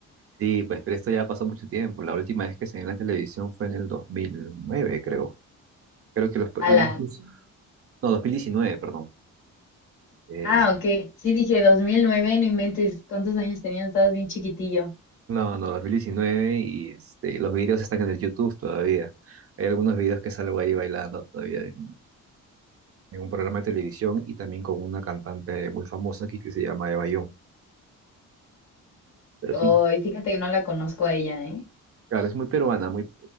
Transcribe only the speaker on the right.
Sí, pues pero esto ya pasó mucho tiempo, la última vez que salí en la televisión fue en el 2009, creo. Creo que los...
incluso- No, 2019, perdón. Eh,
No, no, 2019 y este, los videos están en el YouTube todavía. Hay algunos videos que salgo ahí bailando todavía en, en un programa de televisión y también con una cantante muy famosa aquí que se llama Eva Young. Pero
sí,
claro, es muy peruana, muy,